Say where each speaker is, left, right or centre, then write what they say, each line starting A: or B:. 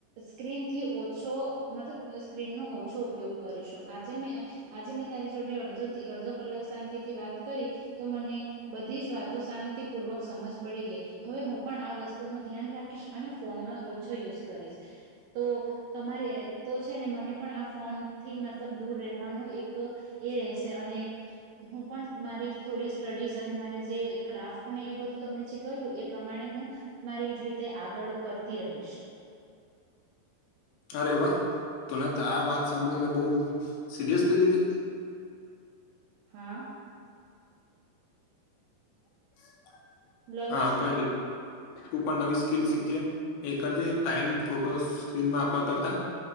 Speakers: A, on the right (about 75°); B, on the left (about 80°).
A: સ્ક્રીન થી ઓછો મતલબ સ્ક્રીન નો ઓછો ઉપયોગ કરીશું આજે મે આજે મેં તારી જોડે અડધો થી અડધો કલાક શાંતિ થી વાત કરી તો મને બધી જ વાતો શાંતિપૂર્વક સમજ પડી ગઈ હવે હું પણ આ વસ્તુ તું એનું ધ્યાન રાખી અને ફોન ન ઓછો યુઝ કરીશ તો તમારી તો છે ને મને પણ આ ફોન થી મતલબ દૂર રહેવાનું એક એ રહેશે અને હું પણ મારી થોડી સ્ટડીઝ અને મારી જે ક્રાફ્ટ ને એ બધું તમે જે કહ્યું એ પ્રમાણે હું મારી જ રીતે આગળ કરતી રહીશ
B: અરે વા તને આ વાત સાંભળીને બવ સિરિયસલી લીધી. <inaudible>
A: હા
B: <inaudible>
A: લવી
B: હા
A: જ
B: કઈ
A: પડે
B: નઈ તું પણ નવી સ્કીલ શીખજે, એ કરજે ટાઈમ ફોટો સ્ક્રીનમાં આપવા કરતા